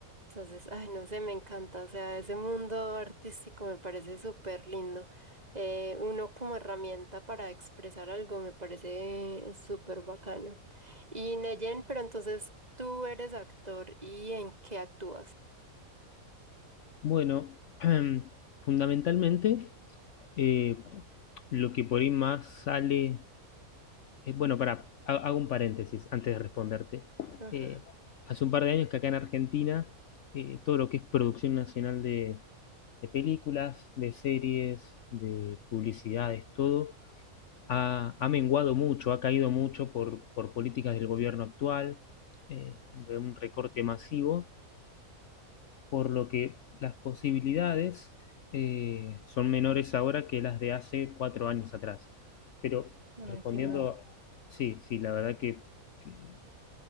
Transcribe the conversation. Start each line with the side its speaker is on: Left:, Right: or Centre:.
Right: Entonces, ay, no sé, me encanta, o sea, ese mundo artístico me parece súper lindo. Eh, uno como herramienta para expresar algo me parece súper bacano. Y Neyen, pero entonces tú eres actor y ¿en qué actúas?
Left: Bueno, <clears throat> fundamentalmente, eh, lo que por ahí más sale eh, bueno, para, hago un paréntesis antes de responderte.
Right: Ajá.
Left: Eh, hace un par de años que acá en Argentina, eh, todo lo que es producción nacional de, de películas, de series, de publicidades, todo, ha, ha, menguado mucho, ha caído mucho por, por políticas del gobierno actual, eh, de un recorte masivo, por lo que las posibilidades eh, son menores ahora que las de hace cuatro años atrás. Pero respondiendo,
Right: Ay, qué mal.
Left: sí, sí, la verdad que, que,